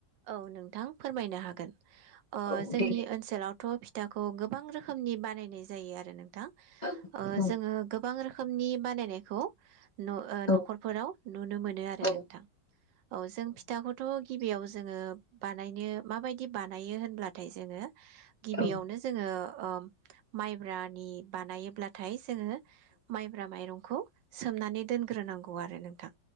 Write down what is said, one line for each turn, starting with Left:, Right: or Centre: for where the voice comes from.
Right: औ नोंथां फोरमायनो हागोन। ओ
Left: औ
Right: जोंनि
Left: देलाय
Right: ओनसोलाव थ' फिथाखौ गोबां रोखोमनि बानायनाय जायो आरो नों थां
Left: औ
Right: ओ जोङो गोबां रोखोम रोखोमनि बानायनायखौ न' ओ
Left: औ
Right: न'खरफोराव नुनो मोनो आरो
Left: औ
Right: नोंथां। औ जों फिथाखौथ' गिबियाव जोङो बानायनो माबायदि बानायो होनब्लाथाय जोङो गिबियावनो
Left: औ
Right: जोङो ओ माइब्रानि बानायोब्लाथाय जोङो माइब्रा माइरं खु सोमनानै दोनग्रोनांगौ आरो नोंथां